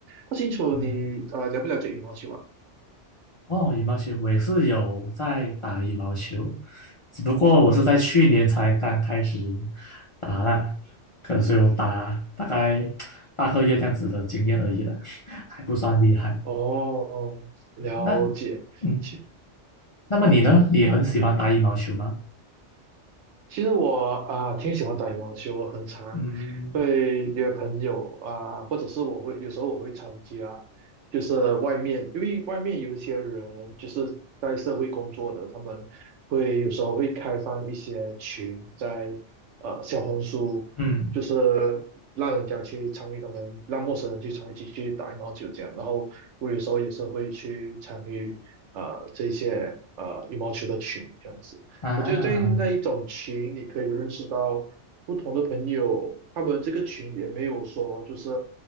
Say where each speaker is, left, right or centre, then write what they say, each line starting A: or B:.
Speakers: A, on the right; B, on the left.
A: 不清楚你，
B: 嗯，
A: 呃，了不了解羽毛球啊？
B: 哦，羽毛球，我也是有在打羽毛球，只不过我是在去年才刚开始
A: 哦，
B: 打了，可是有打大概八个月这样子的经验而已了，<laughs> 还不算厉害。
A: 哦，了解。
B: 那嗯，
A: 其
B: 那么你呢？
A: 按你讲。
B: 你很喜欢打羽毛球吗？
A: 其实我啊、挺喜欢打羽毛球，我很常会约朋友啊、
B: 嗯
A: 或者是我会有时候我会参加，就是外面，因为外面有一些人就是在社会工作的，他们会有时候会开放一些群在呃小红书，
B: 嗯
A: 就是让人家去参与他们，让陌生人去参与进去打羽毛球这样，然后我有时候也是会去参与啊呃这些呃羽毛球的群这样子。
B: 啊
A: 我觉得在那一种群，你可以认识到不同的朋友，他们这个群也没有说就是